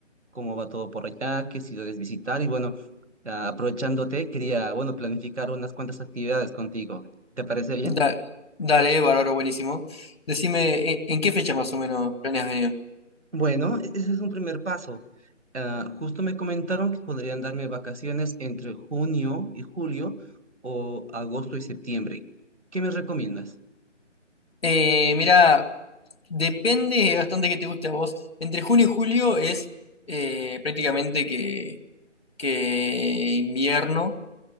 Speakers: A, on the right; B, on the left.
A: cómo va todo por allá, qué ciudades visitar y, bueno, ah, aprovechándote, quería, bueno, planificar unas cuantas actividades contigo. ¿Te parece bien?
B: Da- dale, bárbaro, buenísimo. Decime, eh, ¿en qué fecha más o menos planeas venir?
A: Bueno, e- ese es un primer paso. Ah, justo me comentaron que podrían darme vacaciones entre junio y julio o agosto y septiembre. ¿Qué me recomiendas?
B: Eh, mirá, depende bastante que te guste a vos. Entre junio y julio es eh, prácticamente que, que invierno.